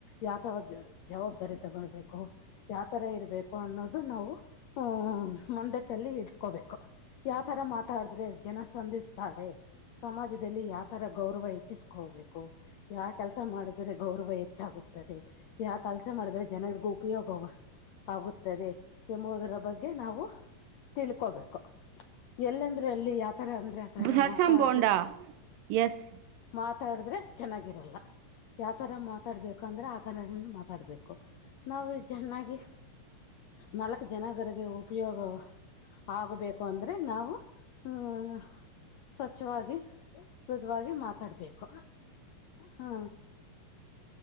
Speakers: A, on the left (about 75°); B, on the right (about 80°).
A: ಯಾತರ ಜವಾಬ್ದಾರಿ ತಗೊಳ್ಬೇಕು ಯಾವ ತರ ಇರ್ಬೇಕು ಅನ್ನೋದು ನಾವು ಹ್ ಮಂದಟ್ಟಲ್ಲಿ ಇಟ್ಕೋಬೇಕು ಯಾವ ತರ ಮಾತಾಡಿದ್ರೆ ಜನ ಸಂದಿಸ್ತಾರೆ ಸಮಾಜದಲ್ಲಿ ಯಾವ ತರ ಗೌರವ ಹೆಚ್ಚಿಸ್ಕೋಬೇಕು ಯಾವ ಕೆಲಸ ಮಾಡಿದ್ರೆ ಗೌರವ ಹೆಚ್ಚಾಗುತ್ತದೆ ಯಾವ ಕೆಲ್ಸ ಮಾಡಿದ್ರೆ ಜನರಿಗೂ ಉಪಯೋಗವ ಆಗುತ್ತದೆ ಎಂಬುದರ ಬಗ್ಗೆ ನಾವು ತಿಳ್ಕೋಬೇಕು ಎಲ್ಲಂದ್ರೆ ಎಲ್ಲಿ ಯತರ ಅಂದ್ರೆ ಆ ತರ
B: ಸರ್ಸಮ್
A: ಮಾತಾಡ್ದ
B: ಬೋಂಡ? ಯಸ್.
A: ಮಾತಾಡಿದ್ರೆ ಚೆನ್ನಾಗಿರಲ್ಲ ಯಾವತರ ಮಾತಾಡ್ಬೇಕ ಅಂದ್ರೆ ಥರದನ್ನು ಮಾತಾಡಬೇಕು ನಾವು ಚೆನ್ನಾಗಿ ನಾಲ್ಕು ಜನಗರಿಗೆ ಉಪಯೋಗ ಆಗಬೇಕು ಅಂದ್ರೆ ನಾವು ಹ್ಮ್ ಸ್ವಚ್ಛವಾಗಿ ಮೃದುವವಾಗಿ ಮಾತಾಡ್ಬೇಕು ಹಾ